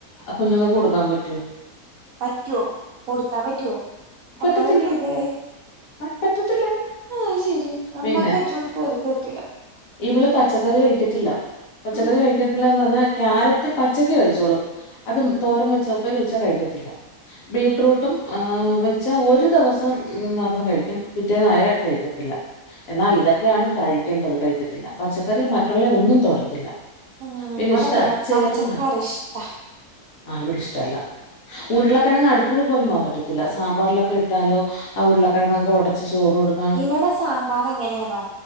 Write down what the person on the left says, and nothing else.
കുഞ്ഞുങ്ങക്ക് കൊടുക്കാൻ പറ്റൂ
പറ്റത്തില്ല
ആ, പറ്റത്തില്ല
പിന്നെ
ഇവള് പച്ചക്കറി കഴിക്കത്തില്ല പച്ചക്കറി
കഴിക്കത്തില്ലന്ന് പറഞ്ഞാൽ. കക്യാരറ്റ് പച്ചക്ക് കഴിച്ചോളും അതും തോരം വെച്ചാ ഉപ്പരി വെച്ചാ കഴിക്കത്തില്ല. ബീറ്റ്റൂട്ടും ആ ചച്ചാ ഒരു ദിവസം ഉ മാത്രം കഴിക്കും പിറ്റേ നായ കഴിക്കത്തില്ല. എന്നാ ഇതൊക്കെയാണ് കഴിക്കേണ്ടത് കഴിക്കത്തില്ല. പച്ചക്കറി മറ്റുള്ള ഒന്നും തോടത്തില്ല.
പിന്നെ
ഇഷ്ട ചേർ
വര
ആ ഇവിടെ ഇഷ്ടല്ല. ഉരുളക്കിഴങ് അടുത്തൂള്ള പോലും പോകാൻ പറ്റത്തില്ല. സാമ്പാറിലൊക്കെ ഇട്ടാലോ ആ ഉരുളക്കിഴങ്ങങ് ഉടച്ച് ചോറ് കൊടുക്കും.